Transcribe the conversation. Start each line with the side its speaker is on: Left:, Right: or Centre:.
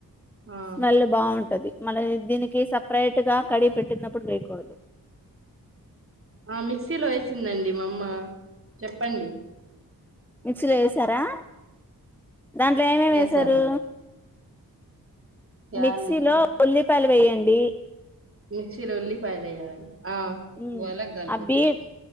Right: ఆ
Centre: స్మెల్ బాగుంటది. మళ్ళ దీనికి సపరేట్ గా కడి పెట్టినప్పుడు లేకు కొడదు.
Right: ఆహ్ మిక్సీలో వేసిందండి మా అమ్మ. చెప్పండి.
Centre: మిక్సిలో ఎసారా దాంట్లో ఏమేమి
Right: వేసాం
Centre: వేసారు.
Right: యానికి
Centre: మిక్సీలో ఉల్లి. ఉల్లిపాయలు వేయండి.
Right: మిక్సీలో ఉల్లిపాయలు వేయాలంట. ఆహ్
Centre: మ్మ్
Right: <unintelligible>
Centre: ఆ బీఫ్
Right: టేస్ట్.